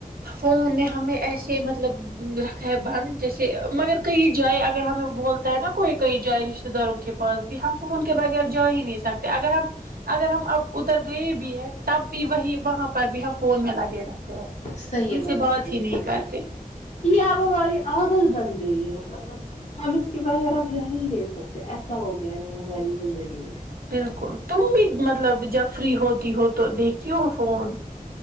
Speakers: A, on the right (about 90°); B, on the left (about 50°).
A: فون ہمیں ایسے مطلب رکھے ہے بند جیسے مگر کہئی جائے اگر ہمیں بولتا ہے نا کوئی کہئی جائے رشتے داروں کے پاس بھی ہم فون کے بغیر جا ہی نہیں سکتے اگر ہم اگر ہم اتر گئے بھی ہے تب بھی وہی وہاں پر بھی ہم فون میں لگے رہے
B: صحیح
A: ان سے بات
B: کہی
A: ہی نہیں کرتے
B: یہ اب ہماری عادت بن گئی ہے مطلب ہم اس کے بغیر اب رہ ہی نہیں سکتے ایسا ہو گیا ہے ہماری زندگی میں
A: بالکل تم بھی مطلب جب فری ہوتی ہو تو دیکھتی ہو فون